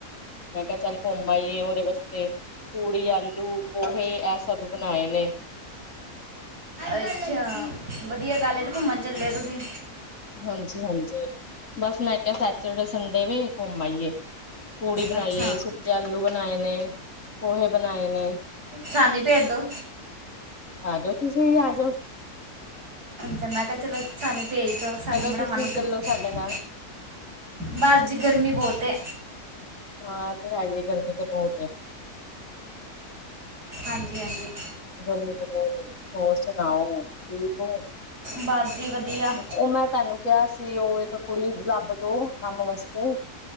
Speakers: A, on the left (about 50°); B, on the right (about 80°).
A: ਮੈਂ ਕਿਹਾ ਚੱਲ ਘੁੰਮ ਆਈਏ ਉਹਦੇ ਵਾਸਤੇ ਪੂੜੀ ਆਲੂ ਪਹੇ ਇਹ ਸਭ ਬਣਾਏ ਨੇ
B: ਅੱਛਾ ਵਧੀਆ ਗਾਲਜ ਘੁੰਮਣ ਚੱਲੇ ਹੋ ਤੁਸੀਂ।
A: ਹਾਂਜੀ, ਹਾਂਜੀ। ਬਸ ਮੈਂ ਕਿਹਾ ਸੈਚਡੇ ਸੰਡੇ ਵੀ ਘੁੰਮ ਆਈਏ ਪੂੜੀ ਬਣਾਈਏ
B: ਅੱਛਾ
A: ਸੁੱਕੇ ਆਲੂ ਬਣਾਏ ਨੇ ਪੋਹੇ ਬਣਾਏ ਨੇ
B: ਸਾਨੀ ਭੇਜਦੋ
A: ਆ ਜੋ ਤੁਸੀਂ ਆ ਜਾਓ
B: ਤੇ ਮੈਂ ਕਿਹਾ ਚਲੋ ਸਾਨੂੰ ਪੇਰੀ ਦਾ ਸਾਨੂੰ
A: ਚਲੋ
B: ਬੜਾ
A: ਤੁਸੀਂ
B: ਮਨ ਕਰਦਾ
A: ਚੱਲੋ ਸਾਡੇ ਨਾਲ
B: ਬਾਅਦ ਜੀ ਗਰਮੀ ਬਹੁਤੇ
A: ਹਾਂ ਤੇ ਹੈ ਹੀ ਹੈ ਗਰਮੀ ਤੇ ਬਹੁਤ
B: ਹਾਂਜੀ, ਹਾਂਜੀ।
A: ਗਰਮੀ ਤੇ ਬਹੁਤ ਹੋਰ ਸੁਣਾਓ ਠੀਕ ਹੋ।
B: ਬਸ ਜੀ ਵਧੀਆ
A: ਉਹ ਮੈਂ ਤੁਹਾਨੂੰ ਕਿਹਾ ਸੀ ਉਹ ਇੱਕ ਕੁੜੀ ਲੱਬ ਦੋ ਕੰਮ ਵਾਸਤੇ